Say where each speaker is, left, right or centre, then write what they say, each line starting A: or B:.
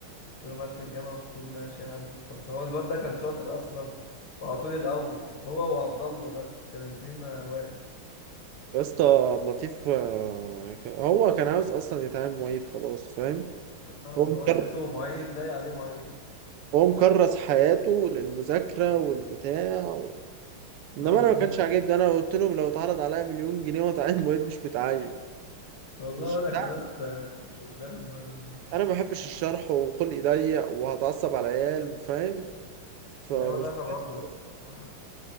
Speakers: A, on the left; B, on the right.
A: قلت له معيد في الجامعه قلت له ماشي يا عم خلص هو الواد ده كان شاطر اصلا وعلى طول الاول هو وعبد الله ده كان الاثنين واقف
B: يا اسطى عبد اللطيف آه، كان- هو كان عاوز أصلا يتعامل معيد خلاص فاهم؟
A: اه
B: هو مكر...
A: هو تحسه معيد لاقي عليه معيد
B: هو مكرس حياته للمذاكرة والبتاع و... إنما
A: اه
B: أنا ما كانش
A: اه
B: عاجبني أنا قلت لهم لو اتعرض عليا مليون جنيه وأتعين <laughs> معيد مش متعين
A: والله
B: مش
A: وانا
B: بتاع
A: كمان كنت مش بدماغي المعيد دي
B: أنا ما بحبش الشرح وخلقي ضيق وهتعصب على العيال فاهم؟ فمش
A: ايوه لا انا
B: بتاعتي
A: برضو آه،